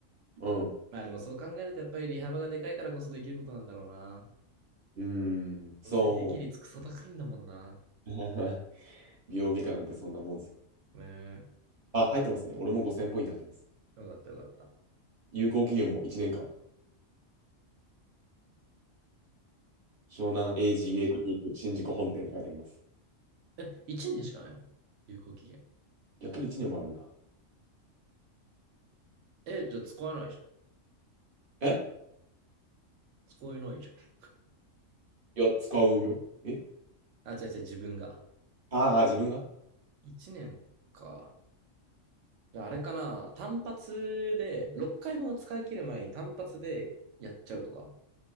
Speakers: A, on the right; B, on the right.
A: うん。
B: まあでもそう考えるとやっぱり利幅がでかいからこそできることなんだろうな。
A: うーん、そ
B: どうせ利益率クソ高いんだもんな。
A: う。<laughs> 美容外科なんてそんなもんですよ。
B: ねえ。
A: あ、入ってますね。俺も5000ポイント入ってます。
B: よかったよかった。
A: 有効期限も1年間。湘南 AGA クリニック新宿本店って書いてあります。
B: え、1年しかないの有効期限。
A: 逆に1年もあるんだ。
B: え、じゃあ使えないじゃん。
A: え
B: 使えないじゃん。
A: いや、使うよ。え
B: あ、違う違う、自分が。
A: ああー、自分が
B: 1年か。じゃああれかな、単発で、6回分を使い切る前に単発でやっちゃうとか